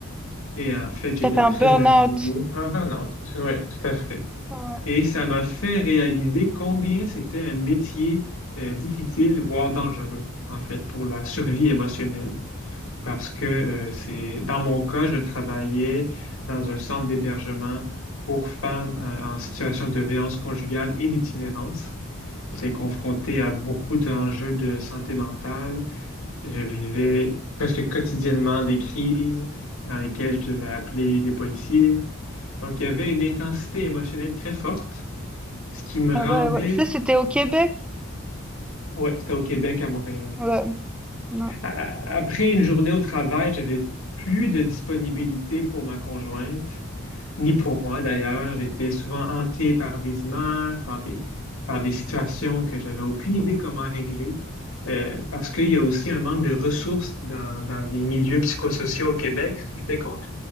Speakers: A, on the left; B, in the centre.
A: et en fait, j'étais
B: tu as fait un
A: très
B: burn-out.
A: abîmé, en burn-out, ouais, tout à fait.
B: Ouais,
A: Et ça m'a fait réaliser combien c'était un métier euh, difficile, voire dangereux, en fait, pour la survie émotionnelle. parce que euh, c'est dans mon cas, je travaillais dans un centre d'hébergement pour femmes euh, en situation de violence conjugale et d'itinérance. J'étais confronté à beaucoup d'enjeux de santé mentale. Je vivais presque quotidiennement des crises dans lesquelles je devais appeler les policiers. Donc, il y avait une intensité émotionnelle très forte, ce qui me
B: bah,
A: rendait,
B: ouais, ouais. Ça, c'était au Québec?
A: ouais, c'était au Québec, à Montréal.
B: Ouais, ouais.
A: a- Après une journée au travail, j'avais plus de disponibilité pour ma conjointe, ni pour moi d'ailleurs. J'étais souvent hanté par des images, par des, par des situations que j'avais aucune idée comment régler. Euh, parce qu'il y a aussi un manque de ressources dans, dans les milieux psychosociaux au Québec, ce qui fait qu'on